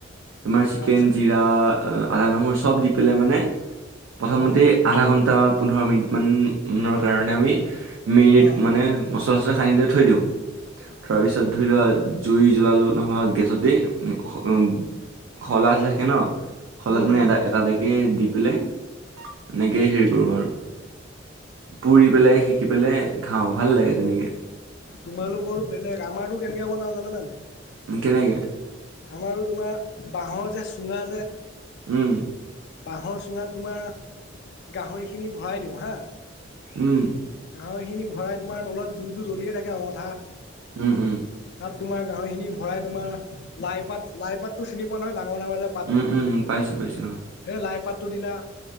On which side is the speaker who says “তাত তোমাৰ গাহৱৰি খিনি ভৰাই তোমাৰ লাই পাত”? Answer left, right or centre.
Left